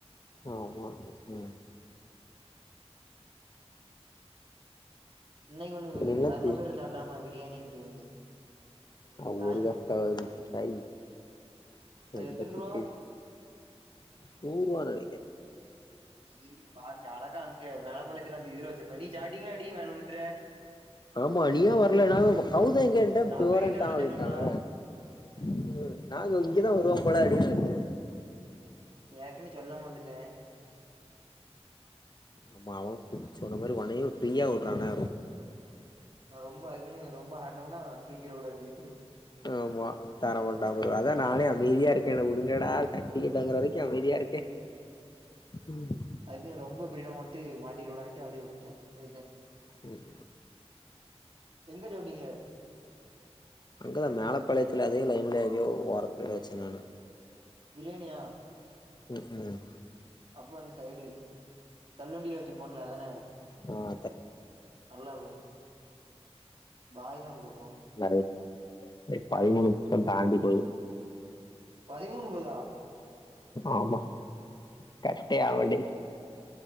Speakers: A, on the left; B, on the right.
A: ஆமா ம்
B: இன்னைக்கி ஒன்னு
A: என்னத்து
B: சரவணா ஸ்டோர்ல சாப்ட்டே பாரு பிரியாணிண்ட்டு ஒன்னு
A: ஆ <unintelligible>
B: சாய்
A: தை தெண்டத்துக்கு
B: அது எத்தன் ரூவா
A: நூருவான்னு நெனைக்கே
B: நீ பா அழகா அங்க வேலம்பாளையத்துல அந்த இதுல வச்சிருந்தா நீ சாப்ட்டீங்களா எப்டி வேலம்பாளையத்துல
A: ஆமா நீ யேன் வரல நாங்கூட கவுதம் கேட்டா
B: நா
A: போறன்ட்டா
B: போயிட்டு வரேன்னு
A: அப்டின்ட்டாங்க
B: சொன்னோம்லா
A: ம் நாங்க இங்கதா வருவாம் போல அப்டின்னு நெனச்
B: ஏற்கனவே சொல்லாம வந்துட்டே
A: ஆமா அவனு கூப்ட்டு சொன்ன மாரி ஒன்னையு ஃப்ரியா உட்றான்னே
B: இது நா ரொம்ப அதுக்குன்னு ரொம்ப ஆடனம்னா தூக்கிற கூடாது விசி
A: ஆமா தர மாட்ட அப்றோ அதா நானே அமைதியா இருக்கேன் என்ன உடுங்கடா சக்திய கேக்கற வரைக்கும் அமைதியா இருக்கே ம்
B: அதுக்குன்னு ரொம்ப ஃப்ரீடமா உட்டு மாட்டிக்க கூடாதுன்ட்டு அப்டே உட்டன் போய்ட்டன்
A: ம்
B: எங்கத உட்டிங்க
A: அங்க தா மேலபாளையத்தில அதே லைன்ல எங்கயோ ஓரத்துலே வச்சினுருந்தானு
B: பிரியாணியா
A: ம்
B: அப்ப அந்த சைடு தள்ளுவண்டி வச்சிருப்போன் இல்ல அதான
A: ஆ
B: நல்லா இருக்கும் பாய் தா வந்து குடுத்துருணும்
A: எனோத் டே பதிமூணு நிமிஷம் தாண்டி போயி <inaudible>
B: பதிமூணு போதா
A: ஆமா கட்டே ஆவலடி